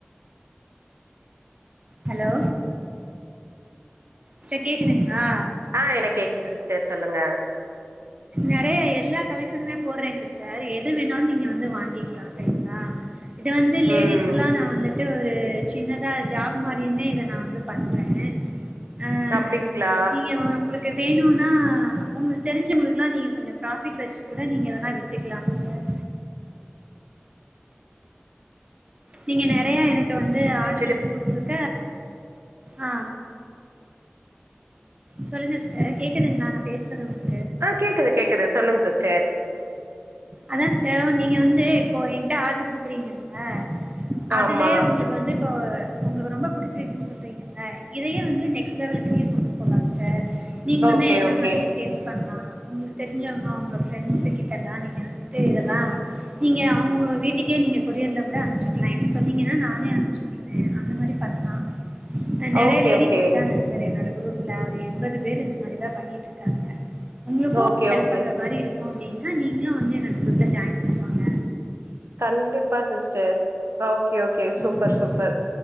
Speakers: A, on the right (about 25°); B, on the right (about 80°).
A: ஹலோ ஸ்டர் கேக்குதுங்ளா
B: ஆ எனக் கேக்கு சிஸ்டர் சொல்லுங்க
A: நெறையா எல்லா கலெக்க்ஷனுமே போடுறே சிஸ்டர் எது வேணாலு நீங்க வந்து வாங்கிக்கலா சரிங்களா இது வந்து
B: ம்.
A: லேடிஸ்க்குல்லா நா வந்துட்டு ஒரு சின்னதா ஜாப் மாரியுமே இத நா வந்து பண்றேன் அ
B: அப்டிங்களா?
A: நீங்க உங்களுக் குவேணுன்னா உங்களுக் தெரிஞ்சவ குலா நீங்க கொஞ்ச ப்ராபிட் வச்சு கூட நீங்க இதெல்லா வித்துக்கலா சிஸ்டர் நீங்க நெறைய எனக் கு வந்து ஆடர்
B: அச்சச்சோ!
A: குடுக்க குடுக்க ஆ சொல்லுங்க சிஸ்டர் கேக்குதுங்ளா நா பேசுறது உங்ளுக்
B: ஆ கேக்குது கேக்குது சொல்லுங் சிஸ்டர்
A: அதா சிஸ்டர் நீங்க வந்து இப்போ என்ட ஆடரு குடுக்கறீங்கல்ல அதுலயே
B: ஆமா.
A: உங்களுக்கு வந்து இப்போ உங்களுக்கு ரொம்ப புடிச்சிருக்குன்னு சொல்றீங்க இதயு வந்து நெக்ஸ் லெவலுக்கு நீங்க கொண்டு போலா சிஸ்டர் நீங்ளுமே
B: ஓகே,
A: என்ன
B: ஓகே.
A: மாதிரி சேல்ஸ் பண்ணாலா உங்களுக் தெரிஞ்சவங்க உங்க ஃப்ரெண்ட்ஸு கிட்ட எல்லா நீங்க வந்துட்டு இதெல்லா நீங்க அவுங்க வீட்டுக்கே நீங்க கொரியர்ல கூட அனுபுச்சுகலா என்ட சொன்னீங்கன்னா நானே அனுபுச்சுட் டு அந்த மாரி பண்லா நெறைய
B: ஓகே,
A: லேடிஸ்
B: ஓகே.
A: இருக்காங்க சிஸ்டர் என்னோட குரூப்ல ஒரு எண்பது பேர் இந்த மாரிதா பண்ணிட்டு இருக்காங்க உங்களுக்கு
B: ஓகே,
A: ஹெல்ப்
B: ஓகே.
A: பண்ற மாரி இருக்கு அப்டின்னா நீங்களு வந்து என்னோட குரூப்ல ஜாயின் பண்ணிக்கேங்க
B: கண்டிப்பா சிஸ்டர் ஓகே ஓகே சூப்பர்
A: ம்.
B: சூப்பர்